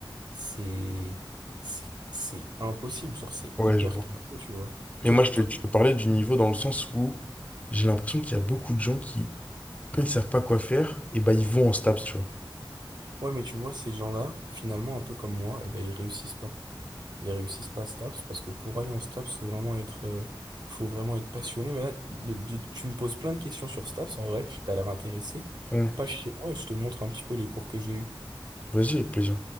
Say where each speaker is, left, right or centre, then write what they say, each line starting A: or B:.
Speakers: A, on the right (about 55°); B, on the left (about 15°).
A: C'est... C'est c'est impossible. Genre, c'est
B: je ouais,
A: hyper
B: je vois.
A: curieux, tu vois.
B: Mais
A: Toi,
B: moi,
A: t-
B: je
A: toi,
B: te,
A: t-
B: je te parlais du niveau dans le sens où j'ai l'impression qu'il y a beaucoup de gens qui, quand ils savent pas quoi faire, et ben ils vont en STAPS, tu vois.
A: ouais, mais tu vois, ces gens-là, finalement, un peu comme moi, eh ben, ils réussissent pas. ils réussissent pas à STAPS parce que pour aller en STAPS, faut vraiment être, euh, faut vraiment être passionné. Mais là, de- de- tu me poses plein de questions sur STAPS. En vrai, tu t'as l'air intéressé.
B: Hmm.
A: Passe chez moi et je te montre un petit peu les cours que j'ai eus.
B: Vas-y, avec plaisir.